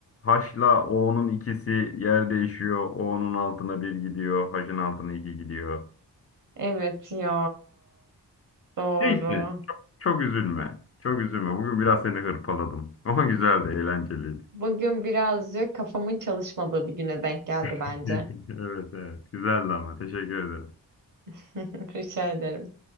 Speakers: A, on the left; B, on the right.
A: H'la O'nun ikisi yer değişiyor. O'nun altına bir gidiyor. H'ın altına iki gidiyor.
B: Evet ya. Doğru.
A: Neyse. Çok üzülme. Çok üzülme. Bugün biraz seni hırpaladım. <laughs> Ama güzeldi, eğlenceliydi.
B: Bugün birazcık kafamın çalışmadığı bir güne denk geldi
A: <laughs>
B: bence.
A: Evet, evet. Güzeldi ama. Teşekkür ederim.
B: <laughs> Rica ederim.